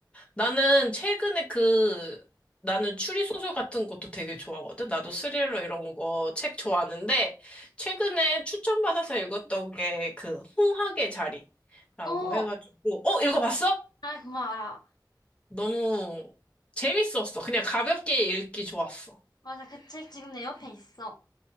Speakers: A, on the left; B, on the left.
A: 나는 최근에 그, 나는 추리소설 같은 것도 되게 좋아하거든. 나도 스릴러 이런 거 책 좋아하는데, 최근에 추천받아서 읽었던 게 그, 홍학의 자리라고
B: 어,
A: 해가지고, 어, 읽어봤어?
B: 나 그거 알아.
A: 너무 재밌었어. 그냥 가볍게 읽기 좋았어.
B: 맞아, 그 책 지금 내 옆에 있어.